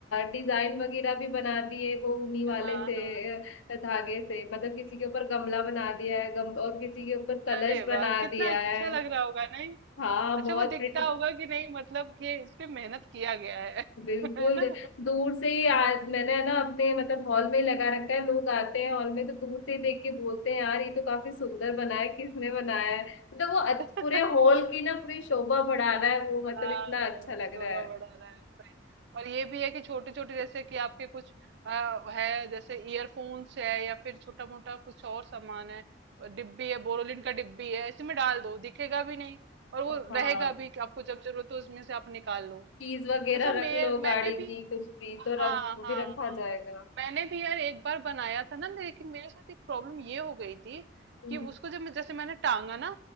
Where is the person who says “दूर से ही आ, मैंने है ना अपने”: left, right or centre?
Left